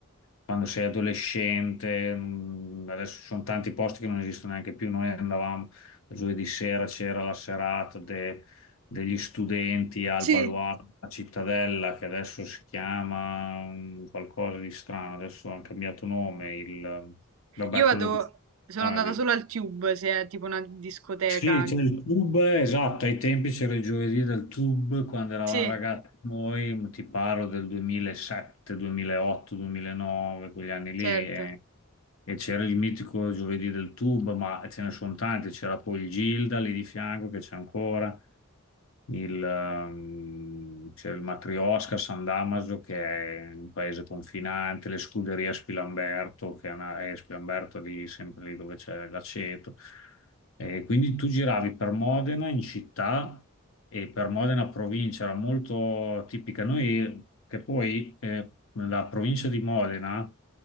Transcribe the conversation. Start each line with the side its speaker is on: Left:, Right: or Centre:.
Left: quando sei adolescente, mh, adesso ci sono tanti posti che non esistono neanche più. Noi andavamo giovedì sera, c'era la serata degli studenti al
Right: sì.
Left: baluardo, a Cittadella, che adesso si chiama mm, qualcosa di strano, adesso ha cambiato nome, il, vabbè,
Right: Io vado,
Left: quello di
Right: sono
Left: radio.
Right: andata solo al Tube, se è tipo una discoteca.
Left: Sì, c'è il tub, esatto, ai tempi c'era il giovedì del tub, quando eravamo
Right: Sì,
Left: ragazzi noi, ti parlo del 2007, 2008, 2009, quegli anni lì,
Right: certo.
Left: e, e c'era il mitico giovedì del tub, ma ce ne sono tanti, c'era poi il Gilda lì di fianco che c'è ancora il, ehm, c'è il Matrioska a San Damaso che è un paese confinante, le scuderie a Spilamberto, che è, una, è Spilamberto lì, sempre lì dove c'è l'aceto. E quindi tu giravi per Modena in città e per Modena provincia, era molto tipica. Noi, che poi eh, la provincia di Modena,